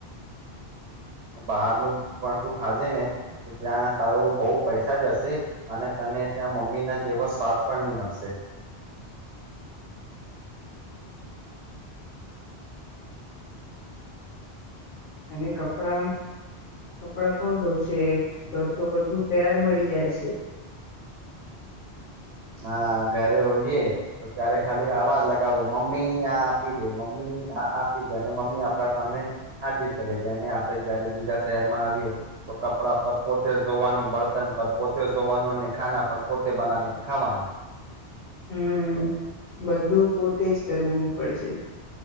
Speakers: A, on the right (about 80°); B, on the left (about 70°).
A: બહારનું પણ તું ખાજે ને તો ત્યાં તારું બહુ પૈસા જશે અને તને ત્યાં મમ્મી ના જેવો સ્વાદ પણ નહી મળશે.
B: અને કપડા કપડા કોણ ધોવશે ઘર તો બધું તૈયાર મળી જાય છે.
A: હા ઘરે હોઈએ તો ત્યારે ખાલી આવાજ લગાવો મમ્મી આ આપી દે મમ્મી આપી દે અને મમ્મી આપડા સામે હાજીન કરી દે અને આપડે જયારે બીજા શહેર માં આવીએ તો કપડા પર પોતે ધોવાનું બર્તન પર પોતે ધોવાનું અને ખાના પર પોતે બનાવી ના. ખાવાનું.
B: હમ બધું પોતે જ કરવું પડશે.